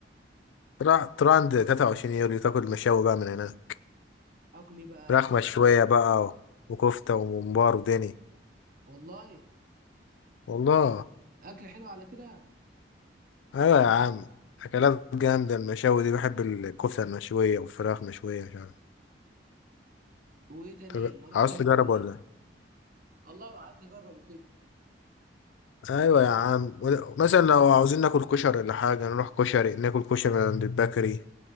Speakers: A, on the left (about 80°); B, on the right (about 45°).
A: تروح تروح عند 23 يوليو تاكل مشاوي بقى من هنا
B: اكل ايه بقى
A: فراخ مشويه بقى و- وكفته وممبار ودني
B: والله
A: والله
B: اكل حلو على كده
A: ايوه يا عم اكلات جامده المشاوي دي بحب الكفته المشويه والفراخ مشويه مش عارف
B: وايه تاني
A: طب
B: واروح
A: عاوز
B: فين
A: تجرب
B: تاني
A: ولا
B: والله عايز اجربه كده
A: ايوه يا عم ول- مثلا لو عاوزين ناكل كشري ولا حاجه نروح كشري ناكل كشري من عند البكري